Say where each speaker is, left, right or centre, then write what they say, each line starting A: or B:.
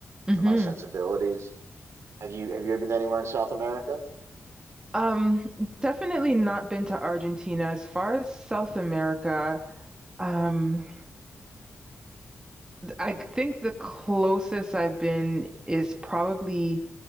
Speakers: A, on the right; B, on the right.
A: Mm-hmm.
B: to my sensibilities. Have you have you ever been anywhere in South America?
A: Um, definitely not been to Argentina. As far as South America, um, I think the closest I've been is probably